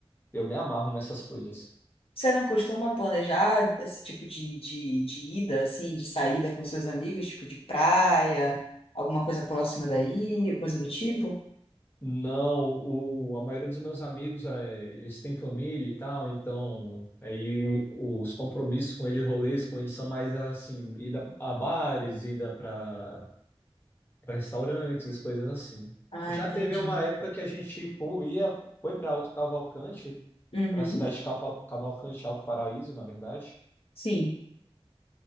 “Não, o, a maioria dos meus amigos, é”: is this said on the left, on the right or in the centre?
Left